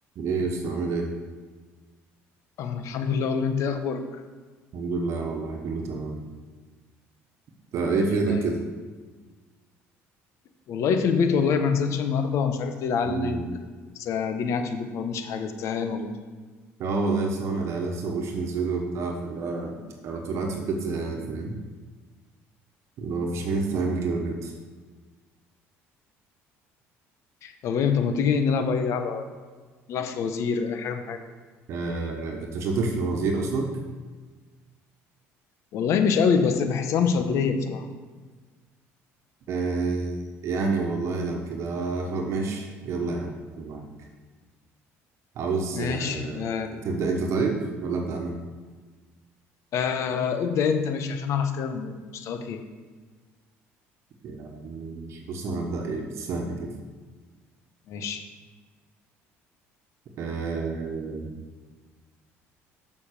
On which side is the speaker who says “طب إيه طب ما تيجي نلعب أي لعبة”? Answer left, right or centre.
Left